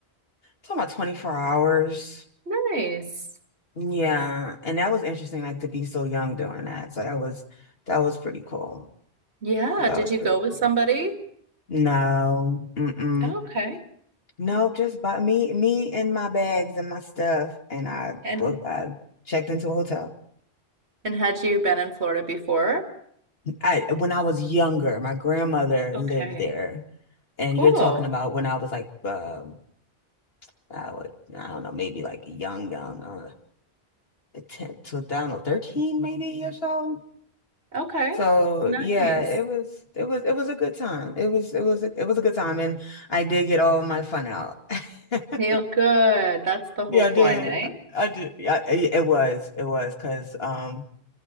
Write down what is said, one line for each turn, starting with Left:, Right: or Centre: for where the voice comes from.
Left: Talking about 24 hours.
Right: Nice.
Left: Yeah. And that was interesting, like to be so young doing that. So that was that was pretty cool.
Right: Yeah,
Left: That
Right: did
Left: was
Right: you
Left: pretty
Right: go with
Left: cool.
Right: somebody?
Left: No. Mm-mm.
Right: Okay.
Left: No, just bought me me and my bags and my stuff. And I
Right: And
Left: booked I checked into a hotel.
Right: and had you been in Florida before?
Left: I when I was younger, my grandmother
Right: Okay.
Left: lived there. And
Right: Cool.
Left: you're talking about when I was like um I would I don't know, maybe like young, young, uh 10, to, I don't know, 13 maybe or <laughs> so.
Right: Okay.
Left: So
Right: Nice.
Left: yeah, it was it was it was a good time. It was it was it was a good time, and I did get all my fun out. <laughs>
Right: Feel good. That's the
Left: Yeah,
Right: whole
Left: I did.
Right: point, eh?
Left: I did. Yeah, it it was. It was because um